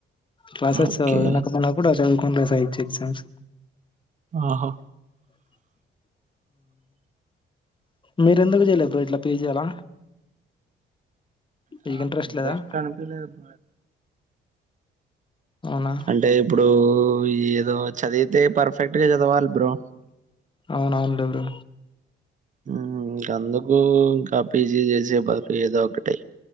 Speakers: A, on the left (about 25°); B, on the right (about 40°).
A: క్లాసెస్
B: ఓకే
A: వినకపోయినా కూడా చదువుకుని రాసేయోచ్చ ఎగ్జామ్స్
B: ఆహా
A: <inaudible> మీరెందుకు చెయలేబ్రో ఇట్లా పీజీ అలా మీకు
B: నాక్ ఇంట్రెస్ట్
A: లేదా
B: అనిపిలేదు
A: అవునా
B: అంటే ఇప్పుడు ఏదో చదివితే పర్ఫెక్ట్ గా చదవాలి బ్రో
A: అవునవును లె బ్రో
B: మ్ ఇంకా అందుకు ఇంకా పీజీ చేసే బ ఏదో ఒకటే